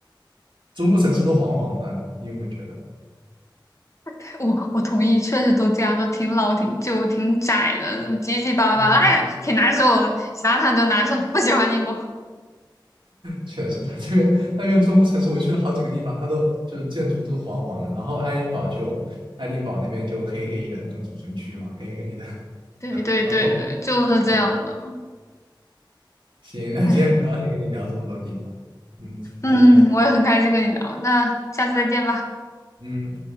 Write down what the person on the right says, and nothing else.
中部城市都黄黄的，你有没有觉得？
嗯，
确实，它这边那边中部城市，我去了好几个地方，它都就是建筑都黄黄的，然后爱丁堡就爱丁堡那边就黑黑的，那个主城区嘛，黑黑的。
然后
对，行，那今天很高兴跟你聊这么多地方，
嗯，
下次再，
嗯。